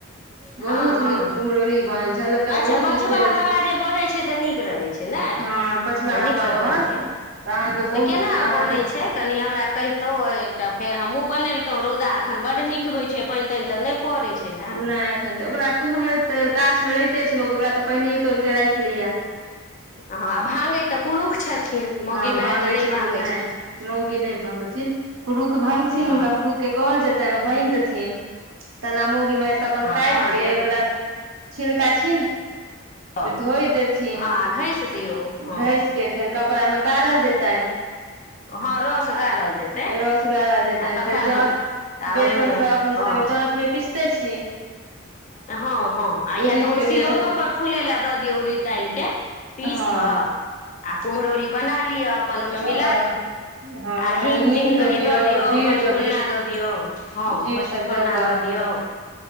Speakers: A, on the right; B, on the left.
A: बहुत
B: हँ-
A: नीक
B: हँ
A: कुम्हरौरी बनल झलकल
B: अच्छा
A: बहुत
B: पछवा
A: उज्जर
B: हवा जे बहैत छै तऽ नीक रहैत छै ने
A: हँ पछबा
B: -तऽ
A: हवा
B: नीकसँ
A: बहत
B: बनि गेल
A: अहाँके बहुत
B: तऽ केना
A: अहाँके
B: बनैत छै कनि हमरा कहि। एकटा फेर हमहुँ बनबितहु रौदा एखन बड्ड नीक होय छै पानि- तानि तऽ नहि पड़ै छै। ने हँ
A: नई एखन। <unintelligible> ओकरा कुमहर त गाछ मे रह े छै लोक ओकरा तऽ पहिनेय तोड़िक राख लिय। <unintelligible>
B: हँ आ भांगै तऽ पुरुष छथिन। <unintelligible>
A: हँ
B: मेहर
A: भांगे
B: तऽ नहि
A: छथिन
B: भाङ्गै
A: नई
B: छथिन
A: मौगी नई भांगथिन। पुरुखभा्गथिन हुनका
B: हँ
A: पुरुखके कहल जेतनि ओ भाङगि देथिन। <unintelligible> तेना मौगी मेहर अपन
B: हँ
A: काटि
B: तहन
A: कऽ
B: फेर
A: ओकरा- छिलका छील।
B: कऽ
A: धोई देथिन
B: हँ
A: <unintelligible>
B: घसि
A: आ
B: दियौ हँ
A: घस के फेर कपड़ा मे गाड़ल। जेतन। <unintelligible> <unintelligible>
B: हँ रस
A: आ
B: गारल जेतै
A: रस गड़ल जेतनि
B: आ तखन
A: फेर जात
B: आ
A: बेसन
B: ओहिमे
A: सब अपने
B: हँ
A: सब जाँत मे पिसते छी।
B: हँ- हँ आ
A: उड़ीद
B: या तऽ ओन
A: के
B: सिलौटो
A: बेसन
B: पर फूल। फूले ल दऽ दियौ उरी दाल के पीस
A: हँ
B: कऽ। आ कुमरौरी बनालिय। <unintelligible> हिग मिय
A: ओकरा हँ
B: आ
A: ओहिमे कनि
B: ह
A: हींग
B: त क दऽ दियौ
A: जीर
B: पचफोरना
A: दऽ
B: दऽ दियौ ह
A: जीर
B: पचफोना
A: सब दऽ कऽ अहाँके
B: द दियौ।